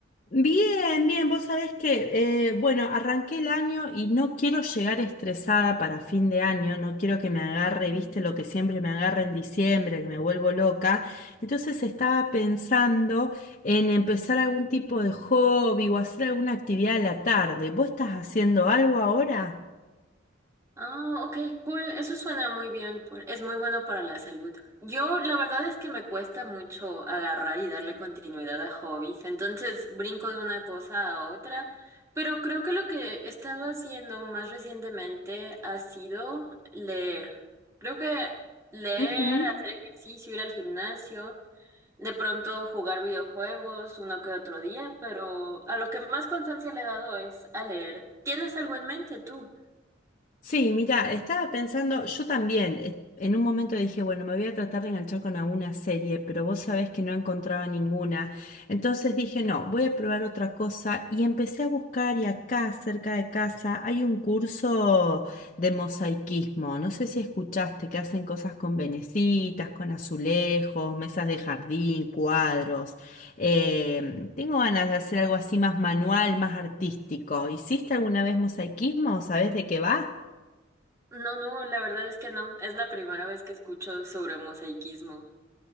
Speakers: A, on the left; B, on the right.
A: Bien, bien. Vos sabés que, eh, bueno, arranqué el año y no quiero llegar estresada para fin de año, no quiero que me agarre, viste, lo que siempre me agarra en diciembre, que me vuelvo loca. Entonces estaba pensando en empezar algún tipo de hobby o hacer alguna actividad a la tarde. ¿Vos estás haciendo algo ahora?
B: Ah, ok, cool. Eso suena muy bien. por- Es muy bueno para la salud. Yo, la verdad es que me cuesta mucho agarrar y darle continuidad a hobbies, entonces brinco de una cosa a otra. Pero creo que lo que he estado haciendo más recientemente ha sido leer. Creo que leer,
A: Ujú.
B: hacer ejercicio, ir al gimnasio. De pronto jugar videojuegos uno que otro día, pero a lo que más constancia le he dado es a leer. ¿Tienes algo en mente tú?
A: Sí, mira, estaba pensando, yo también, eh, en un momento dije, bueno, me voy a tratar de enganchar con alguna serie, pero vos sabés que no encontraba ninguna. Entonces dije, no, voy a probar otra cosa y empecé a buscar y acá, cerca de casa, hay un curso de mosaiquismo. No sé si escuchaste que hacen cosas con venecitas, con azulejos, mesas de jardín, cuadros. Eh, tengo ganas de hacer algo así más manual, más artístico. ¿Hiciste alguna vez mosaiquismo? ¿Sabés de qué va?
B: No, no, la verdad es que no. Es la primera vez que escucho sobre mosaicismo.